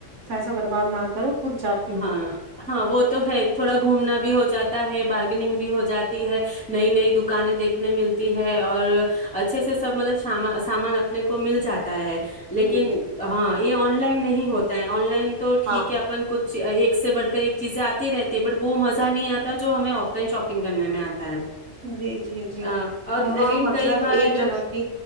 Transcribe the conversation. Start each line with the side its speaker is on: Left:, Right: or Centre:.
Right: پیسہ برباد نہ کرو خود جا کے لو
Centre: ہاں ہاں وہ تو ہے تھوڑا گھومنا بھی ہو جاتا ہے بارگنگ بھی ہو جاتی ہے نئی نئی دکانیں دیکھنے ملتی ہے اور اچھے سے سب مطلب سام سامان اپنے کو مل جاتا ہے
Right: جی
Centre: لیکن
Right: جی
Centre: ہاں یہ آن آ لائن نہیں ہوتا ہے آن لائن تو ٹھیک
Right: ہاں
Centre: ہے اپن کچھ ایک سے بڑھ کر ایک چیزیں آتی رہتی ہے بٹ وہ مزہ نہیں آتا جو ہمیں آف لائن شاپنگ کرنے میں آتا ہے
Right: جی جی جی
Centre: آ، اور
Right: وہاں
Centre: لیکن
Right: مطلب
Centre: کئی بار
Right: ایک جگہ کی